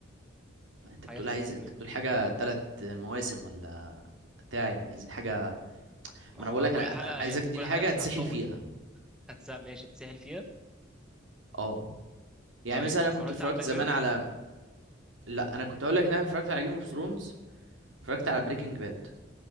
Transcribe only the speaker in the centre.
حاجه في اللذيذ
منه
ما
هو
كل
حلقة
يعني
كل
حلقة بتبقى
هتطول
هتسأل ماشي تسهل فيها
طيب
اتفرجت
على بلاك
ميرور